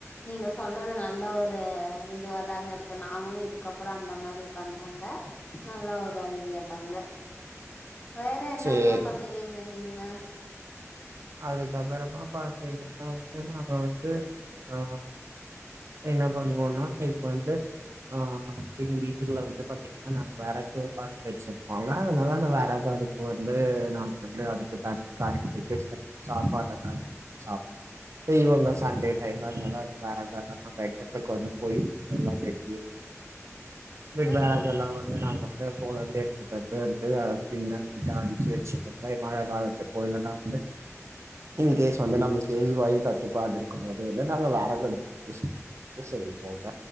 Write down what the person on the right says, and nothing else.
சரி
அதுக்கப்றமா பாத்தீங்கன்னா வந்து நம வந்து ஆ என்ன பண்ணுவோனா இப்ப வந்து ஆ எங்க வீ வீட்டுகுல்ல வந்து பாத்தீங்கன்னா வேறகு பர்பி வச்சிருப்பொங்க அதனால வேறக அதுக்கு வந்து நா வந்து அதுக்கு தன் கா <unintelligible> சாப்பாட்டதாங் சாப் இவுங்க சண்டே டைம்ம இருந்தால வறகல்லா வெட்டறதுக்கு கொண்டு போயு எல்லா வெட் வீட்ல்லா
எதனா சொன்னஙக நா ரெண்ட போலந்து எடுத்துட்டு வந்து வந்துட்ட அடிக்கி வச்சுபோங்க மழ காலத்து கோயில தா வந்து இன்கேஸ் வந்து நம்மளுக்கு எரிவாயு தட்டுப்பாடு இருக்கு போது வந்து நாங்க வெரகு அடுப்பு செய் செய்வோங்க